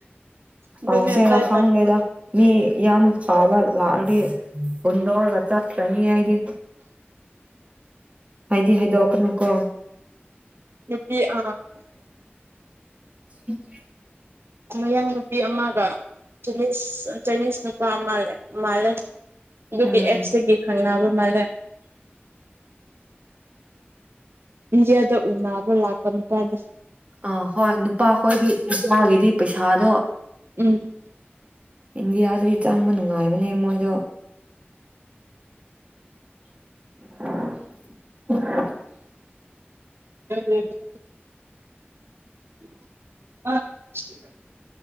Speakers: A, on the right (about 70°); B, on the right (about 30°).
A: ꯑꯗꯨꯅꯦ
B: ꯄꯥꯎꯁꯦꯗ
A: ꯇ꯭ꯔꯥꯏ
B: ꯍꯪꯗꯦꯗ
A: ꯇꯧ
B: ꯃꯤ ꯌꯥꯝ ꯐꯥꯕ ꯂꯥꯛꯑꯗꯤ ꯄꯨꯨꯟꯗꯣꯛꯔꯒ ꯆꯠꯀ꯭ꯔꯅꯤ ꯍꯥꯏꯗꯤ ꯍꯥꯏꯗꯤ ꯍꯥꯏꯗꯣꯛꯀꯅꯨꯀꯣ
A: ꯅꯨꯄꯤ ꯑ
B: ꯎꯝ
A: ꯃꯌꯥꯡ ꯅꯨꯄꯤ ꯑꯃꯒꯅꯤꯁ ꯆꯥꯏꯅꯤꯁ ꯅꯨꯄꯥ ꯑꯃꯜꯂꯦ ꯃꯥꯜꯂꯦ ꯑꯗꯨꯒꯤ
B: ꯎꯝ
A: ꯑꯦꯞꯁꯇꯗꯒꯤ ꯈꯪꯅꯕ ꯃꯥꯜꯂꯦ ꯏꯟꯗꯤꯦꯗ ꯎꯅꯕ ꯂꯥꯛꯄ ꯅꯨꯄꯥꯥꯟꯗ
B: ꯑꯥ ꯍꯣꯏ ꯅꯨꯄꯥꯈꯣꯏꯕꯤ ꯅꯨꯆꯥꯒꯤꯗꯤ ꯄꯩꯁꯥꯗꯣ
A: ꯎꯝ
B: ꯏꯟꯗꯤꯌꯥꯗꯗꯤ ꯆꯪꯕ ꯅꯨꯡꯉꯥꯏꯕꯅꯦ ꯃꯣꯏꯗꯣ ꯂꯧꯁꯤꯟꯕ ꯉꯝꯗꯕ
A: ꯂꯧꯁꯤꯟꯕ ꯉꯝꯗꯕ ꯂꯧꯁꯤꯟꯕ ꯉꯝꯗꯕ